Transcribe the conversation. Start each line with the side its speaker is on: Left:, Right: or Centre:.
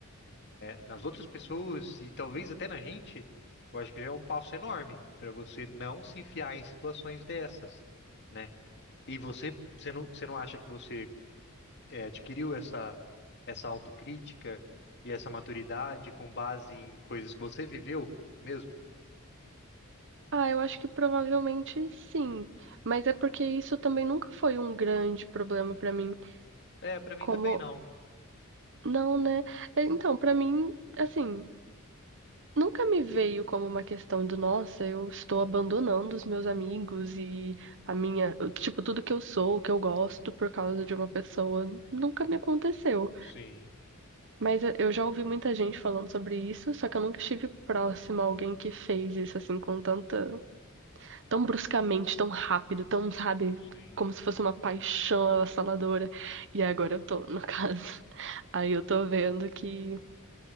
Left: nas outras pessoas e talvez até na gente, eu acho que já é um passo enorme para você não se enfiar em situações dessas, né? E você, você não, você não acha que você é, adquiriu essa essa autocrítica e essa maturidade com base em coisas que você viveu mesmo?
Right: Ah, eu acho que provavelmente sim, mas é porque isso também nunca foi um grande problema pra mim.
Left: É, para mim
Right: Como
Left: também não.
Right: não, né? É, Então, pra mim, assim, Nunca me veio como uma questão de, nossa, eu estou abandonando os meus amigos e a minha, tipo, tudo que eu sou, o que eu gosto por causa de uma pessoa. Nunca me aconteceu.
Left: Sim,
Right: Mas eu eu já ouvi muita gente falando sobre isso, só que eu nunca estive próxima a alguém que fez isso assim com tanta, tão bruscamente, tão rápido, tão, sabe,
Left: sim.
Right: como se fosse uma paixão avassaladora. E agora eu tô, no caso. <laughs> Aí eu tô vendo que